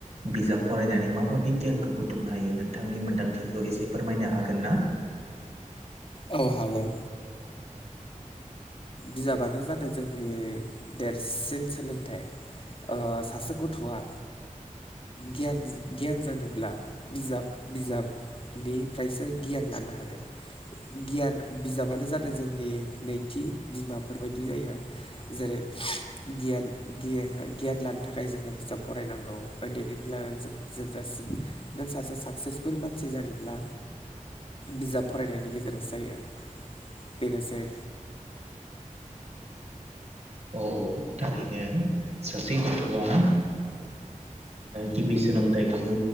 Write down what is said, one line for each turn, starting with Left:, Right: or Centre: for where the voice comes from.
Right: बिजाब फरायनानै माबायदि गियानखौ बुथुमनो हायो नोंथांनि मोन्दांथिखौ एसे फोरमायनो हागोन ना
Left: औ हागोन बिजाबानो जादों जोंनि देरसिन सोलोंथाइ सासे गथ'आ गियान गियान जानोब्ला बिजाब बिजाब निफ्रायसो गियान लानो हागोन गियान बिजाबानो जादों जोंनि नैथि बिमाफोरबायायदि जायो। जेरै गियान गियान लानो थाखाय जोंङो बिजाब फरायनांगौ उन्दैनिफ्राय लानानै जोबजासिम नों सासे साक्सेसफुल मानसि जानोब्ला बिजाब फरायनायनि गेजेरजों गिर जायो बेनोसै
Right: औ थारैनो सासे गथ'आ गिबि सोलोंथाइखौ